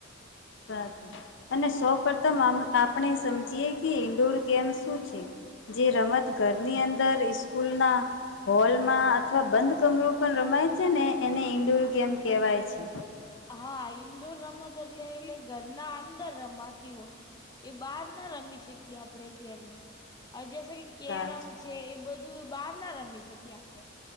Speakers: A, on the left; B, on the left.
A: સાચું અને સૌ પ્રથમ અમ આપણે સમજીએ કે ઇન્ડોર કેમ શું છે જે રમત ઘરની અંદર સ્કૂલના હોલ માં અથવા બંધ કમરો પણ રમાય છે ને એને ઈન્ડોર ગેમ કહેવાય છે.
B: હા ઇન્ડોર રમતો એટલે એટલે ઘરના અંદર રમાતી હોય. એ બહાર ના રમી શકીએ આપણે ગમને જે કે કેરમ
A: સાચું
B: છે એ બધું બહાર ના રમી શકીએ આપડણે